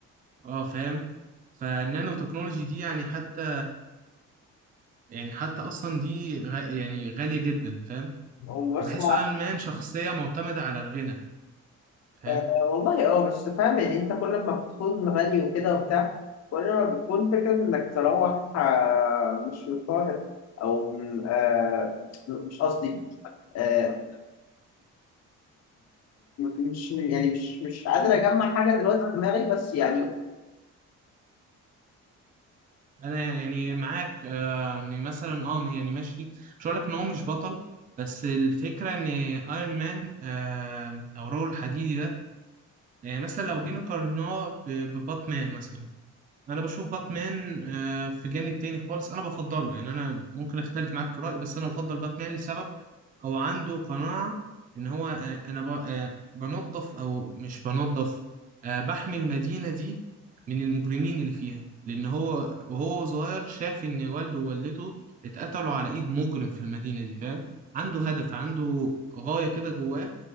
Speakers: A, on the right (about 30°); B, on the left (about 60°).
A: اه فاهم فالنانو تكنولوجي دي يعني حتى يعني حتى أصلا دي غ... يعني غالية جدا فاهم
B: وبس
A: فبحس أيرون مان شخصية معتمدة على الغنى فاهم
B: آه، والله اه بس فاهم يعني انت كل ما بتكون غني وكده وبتاع كل ما بتكون فكرة انك تروح آه، مش مضطهد او م- آه، مش قصدي آه، مش يعني مش مش قادر اجمع حاجة دلوقتي في دماغي بس يعني
A: انا يعني معاك آه، ان مثلا اه يعني ماشي مش هقول لك ان هو مش بطل بس الفكره ان ايرون مان آه، او رجل الحديدي ده يعني مثلا لو جينا قارناه ب- بباتمان مثلا انا بشوف باتمان آه، في جانب تاني خالص انا بفضله يعني انا ممكن اختلف معاك في الرأي بس انا بفضل باتمان لسبب هو عنده قناعة ان هو آه، انا ب- آه، بنظف او مش بنظف آه، بحمي المدينة دي من المجرمين اللي فيها لان هو وهو صغير شاف ان والده ووالدته اتقتلوا على ايد مجرم في المدينة دي فاهم عنده هدف عنده غاية كده جواه